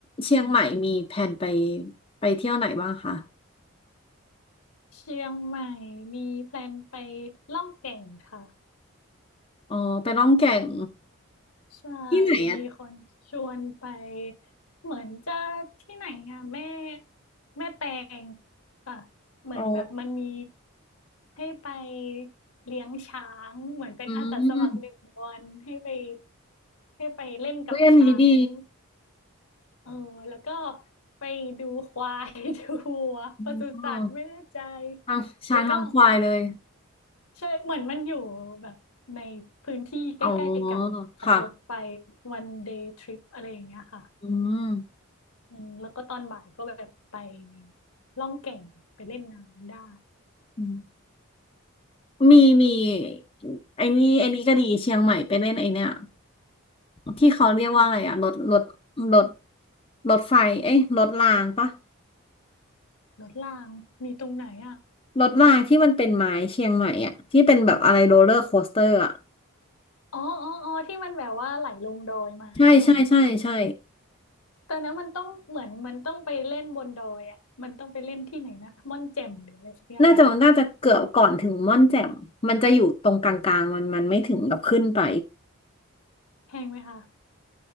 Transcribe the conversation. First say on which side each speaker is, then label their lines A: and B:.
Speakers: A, on the left; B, on the left.
A: เชียงใหม่มีแผนไปไปเที่ยวไหนบ้างคะ
B: เชียงใหม่มีแพลนไปล่องแก่งค่ะ
A: อ๋อไปล่องแก่ง
B: ใช่
A: ที่ไหนอ่ะ
B: มีคนชวนไปเหมือนจะที่ไหนอ่ะแม่แม่แตงค่ะเหมือนแบบมันมี
A: อ๋อ
B: ให้ไปเลี้ยงช้างเหมือนเป็นอาสาสมัครหนึ่งวันให้ไป
A: อืม
B: ให้ไปเล่นกับช้าง
A: เฮ้ยอันนี้ดี
B: เออแล้วก็ไปดูควาย <laughs> ดูวัวปศุสัตว์ไม่แน่ใจ
A: อ๋อทางช้างทางควายเลย
B: แล้วก็ ใช่เหมือนมันอยู่แบบในพื้นที่ใกล้ๆกันขับรถไป
A: อ๋อค่ะ
B: วันเดย์ทริปอะไรอย่างเงี้ยค่ะ
A: อืม
B: อืมแล้วก็ตอนบ่ายก็แบบไปล่องแก่งไปเล่นน้ำได้
A: อืมมีมีไอ้นี่ไอ้นี่ก็ดีเชียงใหม่ไปเล่นไอ้เนี่ยที่เขาเรียกว่าอะไรอะรถรถรถรถไฟเอ้ยรถรางปะ
B: รถรางมีตรงไหนอ่ะ
A: รถรางที่มันเป็นไม้เชียงใหม่อะที่เป็นแบบอะไรโรลเลอร์โคสเตอร์อะ
B: อ๋ออ๋ออ๋อที่มันแบบว่าไหลลงดอยมาใช่ไหม
A: ใช่ใช่ใช่ใช่
B: ตอนนั้นมันต้องเหมือนมันต้องไปเล่นบนดอยอ่ะมันต้องไปเล่นที่ไหนนะม่อนแจ่มหรืออะไรสักอย่างหนึ่ง
A: น่าจะน่าจะเกือบก่อนถึงม่อนแจ่มมันจะอยู่ตรงกลางๆมันมันไม่ถึงกับขึ้นไป
B: แพงไหมคะ